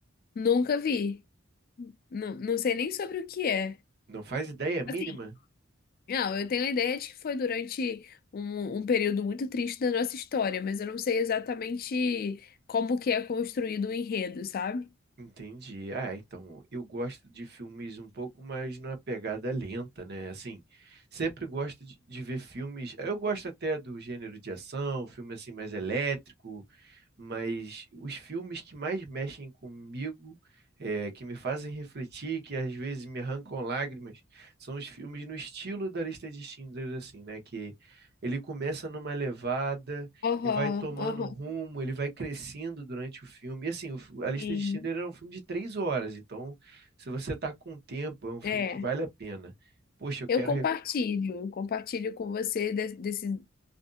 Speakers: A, on the left (about 45°); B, on the right (about 50°).
A: Nunca vi. Não, não sei nem sobre o que é.
B: Não faz ideia é mínima?
A: Assim, não, eu tenho a ideia de que foi durante um, um período muito triste da nossa história, mas eu não sei exatamente como que é construído o enredo, sabe?
B: Entendi. Ah, então eu gosto de filmes um pouco mais numa pegada lenta, né? Assim, sempre gosto de, de ver filmes. Eu gosto até do gênero de ação, filme assim mais elétrico, mas os filmes que mais mexem comigo, é, que me fazem refletir, que às vezes me arrancam lágrimas, são os filmes no estilo da lista de Schindler, assim, né? Que ele começa numa levada
A: Aham,
B: e vai tomando
A: aham,
B: um rumo, ele vai crescendo durante o filme. E assim, o fi- a lista
A: sim.
B: de Schindler é um filme de três horas, então se você tá com tempo, é um filme
A: É.
B: que vale a pena. Poxa, eu
A: Eu
B: quero.
A: compartilho,
B: re-
A: eu compartilho com você de- desse